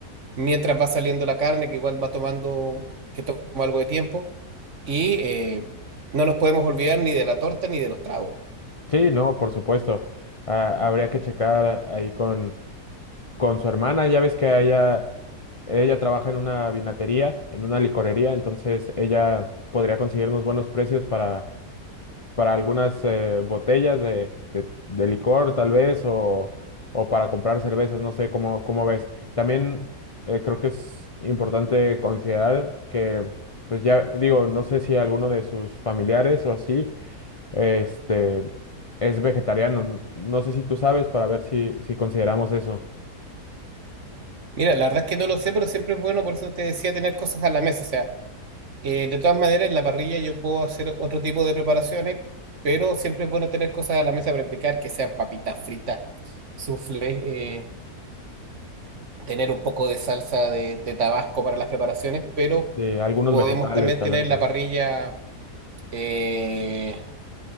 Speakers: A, on the right (about 50°); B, on the left (about 45°).
A: mientras va saliendo la carne, que igual va tomando, que toma algo de tiempo. Y eh, no nos podemos olvidar ni de la torta ni de los tragos.
B: Sí, no, por supuesto. Ah, habría que checar ahí con, con su hermana. Ya ves que a ella, ella trabaja en una vinatería, en una licorería, entonces ella podría conseguirnos buenos precios para, para algunas eh, botellas de, de- de licor, tal vez, o, o para comprar cervezas, no sé cómo, cómo ves. También eh, creo que es importante considerar que, pues ya digo, no sé si alguno de sus familiares o así este, es vegetariano. No sé si tú sabes para ver si, si consideramos eso.
A: Mira, la verdad es que no lo sé, pero siempre es bueno, por eso te decía, tener cosas a la mesa. O sea, eh, de todas maneras, en la parrilla yo puedo hacer otro tipo de preparaciones, pero siempre es bueno tener cosas a la mesa para practicar, que sean papitas fritas, soufflé, eh, tener un poco de salsa de, de Tabasco para las preparaciones, pero
B: Eh, algunos
A: podemos
B: vegetales,
A: también
B: tal
A: tener
B: vez,
A: la
B: ¿no?
A: parrilla, eh,